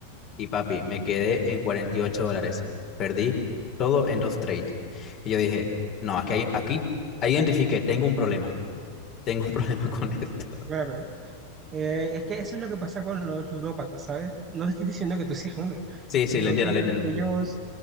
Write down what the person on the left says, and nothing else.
y papi, me quedé en 48 dólares. Perdí todo en dos trades. Y yo dije, no, aquí, hay- aquí ahí identifiqué, tengo un problema, tengo un <laughs> problema con esto.
Sí,
sí, lo entiendo,
lo entiendo.